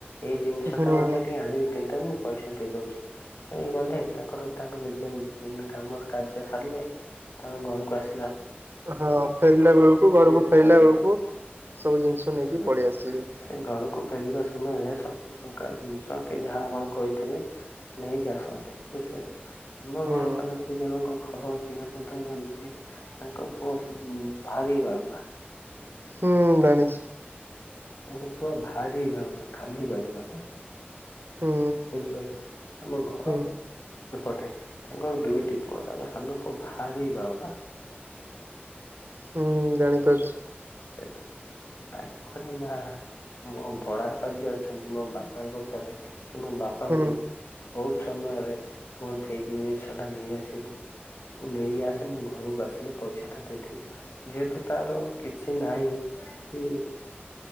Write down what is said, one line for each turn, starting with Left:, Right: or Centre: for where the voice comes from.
Left: ଏଇ ଜିନିଷ
Right: ହୁଁ
Left: ଟା ମତେ ଟିକେ ଆଣିକି ଦେଇଦବ ମୁଁ ପଇସା ଦେଇ ଦଉଛି। ସେ ଗଲେ ତାଙ୍କର ତାଙ୍କ ନିଜ ଉ-ଉ କାମ କାର୍ଯ୍ୟ ସାରିଲେ ତାଙ୍କ ଘରକୁ ଆସି
Right: ହଁ ଫେରିଲା ବେଳକୁ ଘରକୁ
Left: ସେ
Right: ଫେରିଲା ବେଳକୁ ସବୁ ଜିନିଷ ନେଇକି
Left: ହୁଁ
Right: ପଳେଇ ଆସିବେ।
Left: ସେ ଘରକୁ ଫେରିବା ସମୟରେ ସବୁ ପ୍ରକାର ଜିନିଷ ଅ କି ଯାହା ଆପଣ କହିଥିବେ ନେଇକି ଆସନ୍ତି ବୁଝିପାରିଲ। ଆମ
Right: ହୁଁ
Left: ଘର ପାଖରେ ଦି ଜଣଙ୍କ ଘର ଅଛି ଆ ପଣ ତାକୁ ମେଣ୍ଟେନ ତାଙ୍କ ପୁଅ ଉ-ଉ-ଉ ଭାରି ବା ବା।
Right: ହୁଁ-ଉ-ଉ ଜାଣିଛି।
Left: ତାଙ୍କ ପୁଅ ଭାରି ବାଳୁଙ୍ଗା ଖାଲି ବାଳୁଙ୍ଗା ବା।
Right: ହୁଁ।
Left: ବୁଝିପାରିଲେ ଆମ ଘର
Right: ହୁଁ
Left: ଏପଟେ ତାଙ୍କର ଦୁଇଟି ପୁଅ ତାଙ୍କ ସାନ ପୁଅ ଭାରି ବାଉଙ୍ଗା।
Right: ହୁଁ-ଉ-ଉ-ଉ ଜାଣିପାରୁଛି।
Left: ଏଲା ତାଙ୍କରି ମା ମୋ ବଡ ଅପା ଝିଅ ଅଛନ୍ତି ମୋ ବାପାଙ୍କ ଉପରେ କି ମୋ ବାପାଙ୍କୁ
Right: ହୁଁ
Left: ବହୁତ ସମୟରେ କୁହନ୍ତି ଏଇ ଜିନିଷଟା ନେଇ ଆସିବୁ। ନେଇ ଆସେ ମୁଁ ଘରକୁ ଆସିଲେ ପଇସା ଟା ଦେଇଦେବି। ଯେହେତୁ ତାର କିଛି ନାହିଁ କି